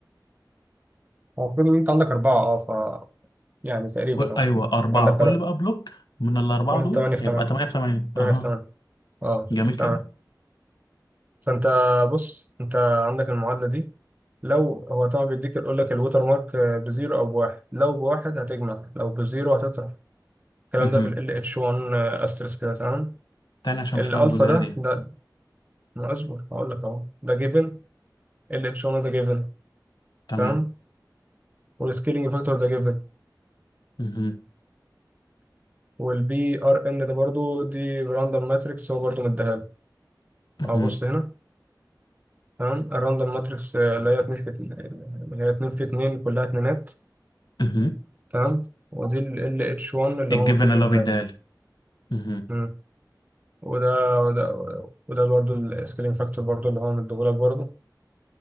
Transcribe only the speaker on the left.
كل...
ايوه اربعه
كل بقى بلوك من الاربعه
دول
هيبقى
8 في 8
اها
جميل كده؟
اها
تاني عشان
مش فاهم الجزئيه
دي
تمام
اها
اها
اها
الجيفن
اللي
هو بيديها
لي اها